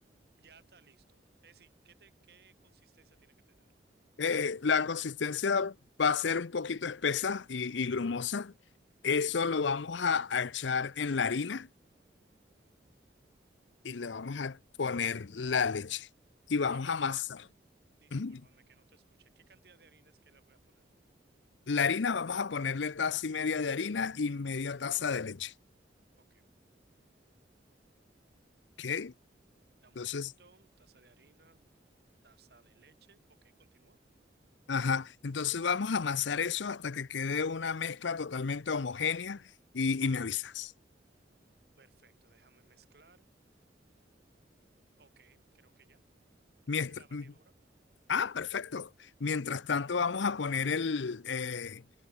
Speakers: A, on the right (about 55°); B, on the left (about 75°).
A: ya está listo. Es decir, ¿qué te, qué consistencia tiene que tener?
B: Eh, la consistencia va a ser un poquito espesa y, y grumosa. Eso lo vamos a a echar en la harina. y le
A: Ok.
B: vamos a poner la leche y vamos
A: ¿Qué cantidad?
B: a amasar.
A: Discúlpame
B: Ujú.
A: que no te escuché. ¿Qué cantidad de harina es que le voy a poner?
B: La harina, vamos a ponerle taza y media de harina y media taza de leche.
A: Ok,
B: ¿Ok?
A: Da un
B: Entonces,
A: momento, taza de harina, taza de leche. Ok, continúa.
B: ajá. Entonces vamos a amasar eso hasta que quede una mezcla totalmente homogénea y, y me avisas.
A: Perfecto, déjame mezclar. Ok, creo que ya. Lo
B: Miestra-
A: hice en la batidora.
B: ah, perfecto. Mientras tanto, vamos a poner el, eh,